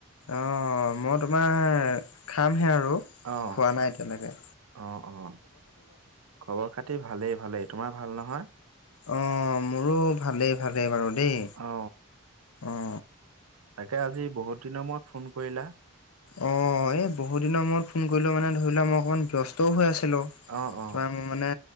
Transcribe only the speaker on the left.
অ মই তোমাৰ খামহে আৰু
খোৱা নাই এতিয়ালেকে।
অ মোৰো ভালেই ভালেই বাৰু দেই,
অ।
অ এই বহুত দিনৰ মূৰত ফোন কৰিলো মানে ধৰি লোৱা মই অকমান ব্যস্তও হৈ আছিলোঁ।
তোমাৰ মানে